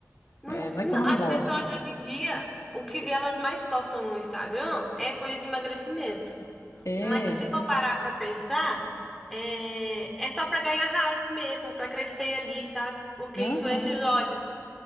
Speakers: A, in the centre; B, on the left.
A: Não,
B: é, não é
A: não,
B: que eu não
A: as
B: goste.
A: pessoas hoje em dia, o que elas mais postam no Instagram é coisa de emagrecimento.
B: É,
A: Mas se você for parar pra pensar, é, é só pra ganhar hype mesmo, pra crescer ali, sabe? Porque
B: aham.
A: isso enche os olhos.